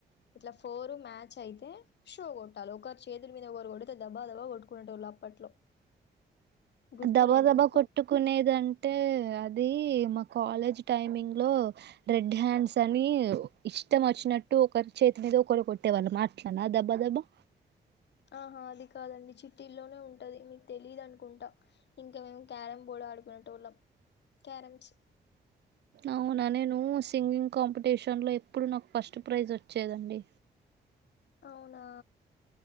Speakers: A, on the left; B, on the right.
A: ఇట్లా ఫోర్ మ్యాచ్ అయితే షో కొట్టాలి ఒకరి చేతుల మీద ఒకరు కొడితే దబ్బా దబా కొట్టుకునేే టోళ్ళు అప్పట్లో గుర్తులేదా
B: దబా దబా
A: మీకు
B: కొట్టుకునేదంటే అద్ అది మా కాలేజ్ టైమింగ్ లో రెడ్ హ్యాండ్స్ అని ఇష్టం వచ్చినట్టు ఒకరి చేతి మీద ఒకరు కొట్టేవాళ్ళం మాట్లానా దబ్బా దబ్బ
A: ఆహా అది కాదండి చిట్ ట్టిలోనే ఉంటది మీకు తెలీదు అనుకుంటా ఇంకా మేము క్యార బోర్డ్ ఆడుకునే టోళ్ళం క్యరమ్స్
B: అవునా నేను సింగింగ్ కాంపిటీషన్లో ఎప్పుడు నాకు ఫస్ట్ ప్రైజ్ వచ్చేదండి
A: అవునా